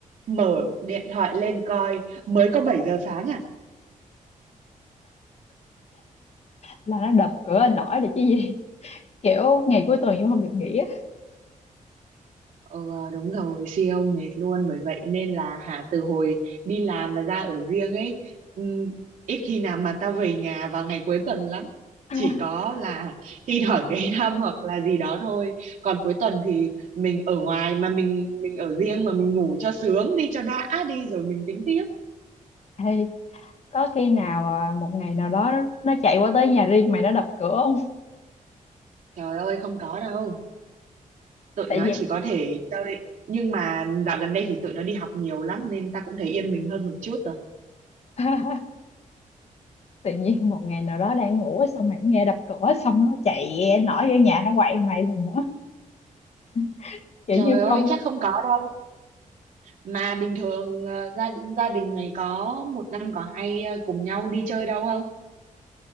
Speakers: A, on the right; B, on the left.
A: mở điện thoại lên coi mới có 7 giờ sáng à
B: là nó đập cửa nổi là chứ gì <laughs> kiểu ngày cuối tuần cũng không được nghỉ á
A: Ờ đúng rồi, siêu mệt luôn bởi vậy nên là hả từ hồi đi làm và ra ở riêng ấy ừm, ít khi nào mà tao về nhà vào ngày cuối tuần lắm.
B: <laughs>
A: Chỉ có là <laughs> thi thoảng ghé thăm hoặc là gì đó thôi. Còn cuối tuần thì mình ở ngoài mà mình mình ở riêng mà mình ngủ cho sướng đi cho đã đi rồi mình tính tiếp.
B: Ê, có khi nào à, một ngày nào đó nó chạy qua tới nhà riêng mày nó đập cửa không
A: Trời ơi không có đâu. Tụi
B: tại
A: nó
B: vì
A: chỉ có thể chơi nhưng mà dạo gần đây thì tụi nó đi học nhiều lắm nên ta cũng thấy yên mình hơn một chút rồi.
B: <laughs> tự nhiên một ngày nào đó đang ngủ xong mày nghe đập cửa xong nó chạy nổi vô nhà nó quậy mày lần nữa <laughs> kiểu
A: Trời
B: như
A: ơi
B: không
A: chắc không có đâu. Mà bình thường ờ, gia gia đình mày có một năm có hay ờ, cùng nhau đi chơi đâu không?